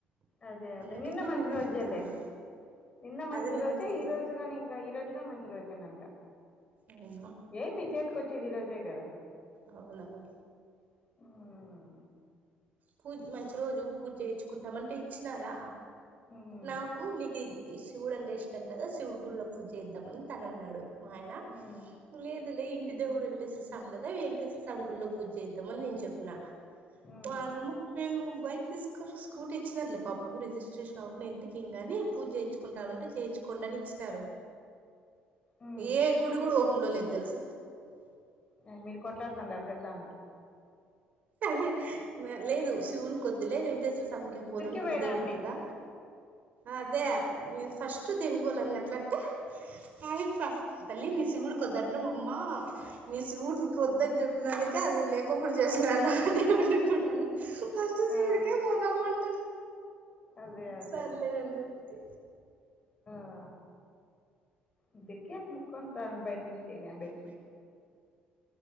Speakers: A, on the left; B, on the right.
A: అదే అదే
B: అందుకని
A: నిన్న మంచిరోజేలేే
B: చూద్దామని
A: నిన్న మంచి
B: అదే నిన్న
A: రోజే
B: చూద్దాం
A: ఈ రోజుగాని ఇంకా ఈ రోజుగాని మన్ చి రోసినంట
B: అవునా
A: ఏ మీ చేతికొచ్చేది ఈ రోజే కదా
B: అవునవును
A: మ్
B: పూజ్ మంచి రోజు పూజ చేయించుకుంటాం అంటే ఇచ్చినారా
A: ఉమ్
B: నాకు నీకిది ఈ శివుడు అంటే ఇష్టం కదా శివుడు గుళ్లో పూజ చేయిద్దామని తనన్నాడు మా ఆయన
A: ఉమ్
B: లేదు లే ఇంటి దేవుడు వెంకటేశ్వర స్వామి కదా వెంకేశ్వర స్వామి గుళ్ళో పూజ చేయిద్దామని నేను చెప్పిన
A: ఉమ్
B: వానేమ్మ మేము బైక్ తీసుకు స్కూటీ ఇచ్చినారులే పాపము రిజిస్ట్రేషన్ అవకనే ఇంటికేం కానీ పూజ చేయిు కుంటాం అంటే చేయిచ్చుకోండని ఇచ్చినారు
A: ఉమ్
B: ఏ గుడి గూడ ఓపన్ లో లేదు తెలుసా
A: ఏ, మీరు కొట్లాడుతాండారు కదా దానికి
B: అదే లేదు శివుని కొద్దిలే వెంక వెంకటేశ్వర స్వామికే
A: ఇద్దరికి
B: పోదాం ఇంటి
A: పోయిరాండి
B: దేవుడు కదా అదే మీరు ఫస్ట్ తిని పోవల్ల అన్నట్లంటే ఆయప్ప తల్లి నీ శివుడికో దండమమ్మ నీ శివు ఇక వద్దని చెప్పినందుకే అది లేకోకుండా చేసినాడు నా దేవుణ్ కూడా అని ఫస్ట్ శివుడికే
A: ఆ
B: పోదామంట
A: అదే అదే
B: సర్లే అని చెప్తి.
A: ఆ ఇద్దరికీ అట్ల మొక్కోని రాండి బయటి నుంచి గాని బెట్టి